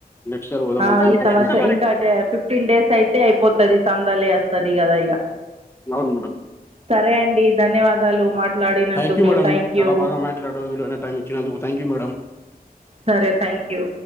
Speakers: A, on the left; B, on the right.
A: నెక్స్ట్ ఇయర్ పోదామని
B: ఆ!
A: చూస్తున్నాం
B: ఈ సంవత్సరం ఇంకా టె ఫిఫ్టీన్ డేస్ అయితే అయిపోతది సందలే వస్తుంది కదా ఇక
A: అవును మేడమ్
B: సరే అండి ధన్యవాదాలు మాట్లాడినందుకు
A: థ్యాంక్ మేడం
B: థ్యాంక్
A: చాలా
B: యూ
A: బాగా మాట్లాడవు మీ విలువైన టైం ఇచ్చినందుకు థ్యాంక్ యూ మేడం
B: సరే థ్యాంక్ యూ